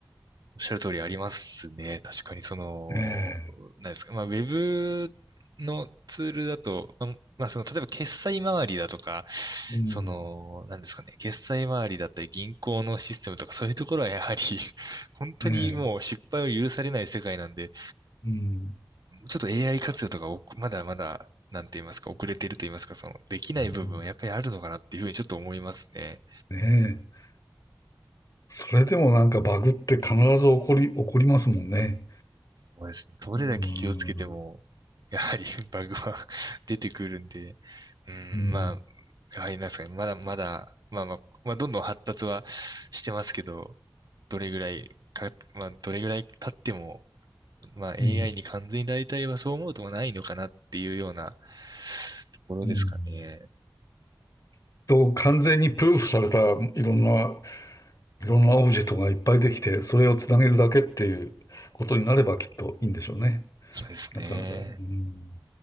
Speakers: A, on the right; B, on the left.
A: おっしゃる通りありますね。確かにその、
B: ね
A: 何ですか。まあ、ウェブのツールだと、まあ、まあその、例えば決済周りだとか、
B: え、うん、
A: その、何ですかね。決済周りだったり銀行のシステムとかそういうところはやはり <laughs> 本当にもう失敗を許されない世界なんで、
B: ねえ、うん、
A: ちょっと AI 活用とかおまだまだ、なんて言いますか、遅れていると言いますか、その、できない部分はやっぱりあるのかなっていうふうにちょっと思いますね。
B: うんねえ。それでもなんかバグって必ず起こり、起こりますもんね。
A: そうですね。どれだけ気をつけても、
B: うん、
A: やはり <laughs> バグは <laughs> 出てくるんで、うん、
B: うん、
A: まあ、やはりなんですかね、まだまだ、まあまあ、まあ、どんどん発達はしてますけど、どれぐらいか、まあ、どれぐらい経っても、まあ、AI
B: うん。
A: に完全に代替はそう思うとはないのかなっていうようなところですかね。
B: うんと、完全にプルーフされたいろんな、いろんなオブジェクトがいっぱいできて、それをつなげるだけっていうことになればきっといいんでしょうね。
A: そうですね。
B: なかなか。うん